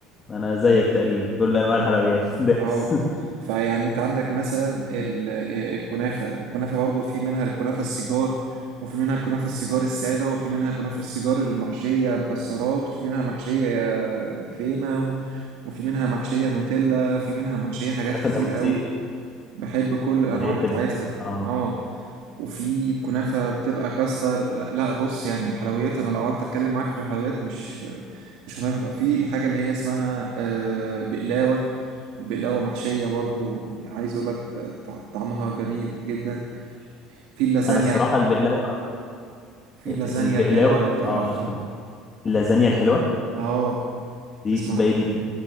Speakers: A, on the left; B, on the right.
A: انا زيك تقريبا كل انواع
B: اه
A: الحلويات <laughs> دايس
B: آه. فيعني انت عندك مثلا ال- آه، الكنافة الكنافة برضو في منها الكنافة السيجار وفي منها الكنافة السيجار السادة وفي منها كنافة السيجار المحشية مكسرات وفي منها محشية آه، كريمة و- وفي منها محشية نوتيلا وفي منها محشية حاجات
A: كنافه
B: كتير
A: النابلسيه
B: قوي بحب كل الانواع
A: اللي هي
B: بتاعتها
A: بتبقى اه
B: اه وفي كنافه بتبقى كاستر لا لا بص يعني الحلويات انا لو قعدت اتكلم معاك في الحلويات مش مش هنفضى في الحاجه اللي هي اسمها آه، بقلاوه البقلاوه محشيه برضو عايز اقول لك ط- طعمها جميل جدا في اللازانيا
A: انا الصراحه البقلاوه
B: في
A: ال-
B: اللازانيا
A: البقلاوه
B: الحلوه لو تعرفها
A: اه ماشي كمل اللازانيا الحلوه
B: اه
A: دي
B: تسمع
A: تبقى
B: عنها.
A: ايه دي